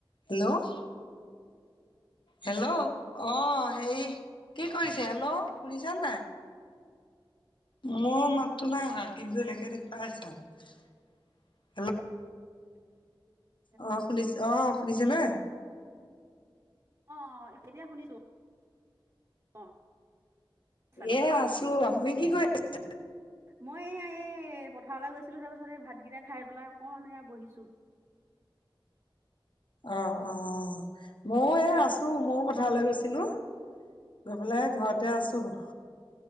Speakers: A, on the left; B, on the right.
A: Hello! Hello, অঁ', -হেৰি কি কৰিছে? হেল্ল', শুনিছে নাই? মোৰ মাতটো নাই আহা কিন্তু এনেকে দেখুৱাই আছা। হেল্ল'!
B: <unintelligible>
A: অ শুনিছে, অ শুনিছে নে?
B: অ অ এতিয়া শুনিছোঁ। অ। চানো
A: এ, আছোঁ। আপুনি কি কৰি আছে?
B: মই এইয়া এ পথাৰলৈ গৈছিলো। তাৰপিছত এই ভাতকেইটা খাই পেলাই অকমান এয়া বহিছো।
A: অ', অ', ময়ো এ আছোঁ মও পথাৰলৈ গৈছিলোঁ। গৈ পেলাই ঘৰতে আছোঁ, অ',